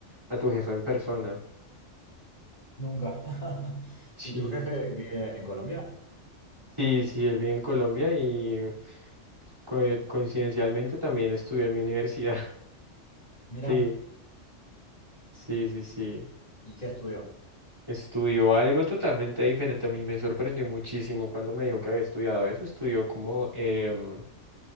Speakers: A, on the right (about 20°); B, on the left (about 30°).
A: a tu jefa en persona.
B: Nunca. <laughs>
A: Sí,
B: ¿Y tu jefe
A: yo t-
B: vive en Colombia?
A: sí, sí, él vive en Colombia y co- coincidencialmente también estudió en mi universidad. <laughs>
B: Mira,
A: Sí, sí, sí, sí.
B: ¿y qué estudió?
A: Estudió algo totalmente diferente. A mí me sorprendió muchísimo cuando me dijo que había estudiado eso. Estudió como, em,